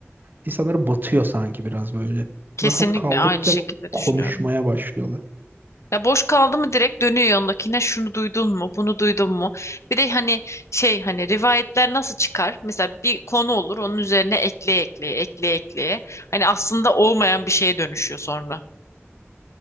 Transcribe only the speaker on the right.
insanlara batıyor sanki biraz böyle.
Rahat kaldıkça
konuşmaya
başlıyorlar.